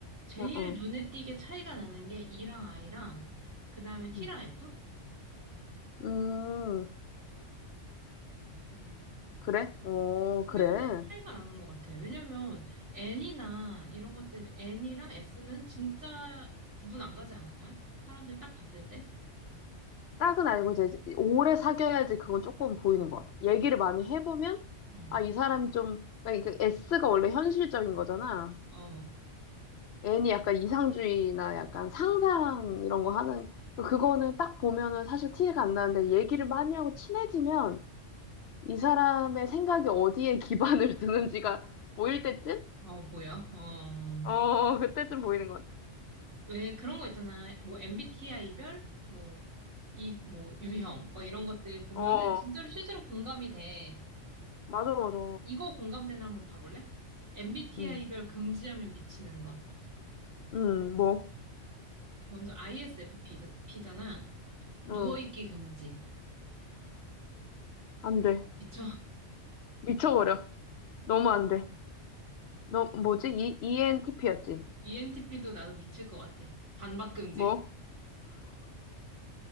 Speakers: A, on the right (about 70°); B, on the left (about 65°).
A: 제일
B: 어, 어.
A: 눈에 띄게 차이가 나는 게 이랑 아이랑, 그 다음에 T랑
B: 음,
A: F?
B: 음,
A: 응.
B: 그래? 어,
A: 그게
B: 그래.
A: 좀 차이가 나는 것 같아. 왜냐면, N이나 이런 것들, N이랑 S는 진짜 구분 안 가지 않아, 잘? 사람들이 딱 봤을 때?
B: 딱은 아니고 이제 오래 사귀어야지 그건 조금 보이는 것 같아. 얘기를 많이 해보면
A: 응.
B: 아, 이 사람이 좀 그러니까 이게 S가 원래 현실적인 거잖아.
A: 어.
B: N이 약간 이상주의나 약간 상상 이런 거 하는 그러니까 그거는 딱 보면은 사실 티가 안 나는데 얘기를 많이 하고 친해지면 이 사람의 생각이 어디에 기반을 <laughs> 두는지가 보일 때쯤?
A: 어, 보여? 어.
B: 어, 그때쯤 보이는 것 같아.
A: 왜 그런 거 있잖아. 뭐, MBTI별? 뭐, 이, 뭐, 유형? 뭐, 이런 것들 보면은
B: 어,
A: 진짜로 실제로 공감이 돼.
B: 맞아, 맞아.
A: 이거 공감대나 한번 봐볼래? MBTI별
B: 응,
A: 금지하면 미치는 것.
B: 응, 뭐,
A: 먼저 ISFP잖아. 누워있기
B: 응,
A: 금지.
B: 안 돼.
A: 미쳐.
B: 미쳐버려. 너무 안 돼. 너 뭐지? E, n t p 였지
A: ENTP도 나도 미칠 것 같아. 반박 금지.
B: 뭐?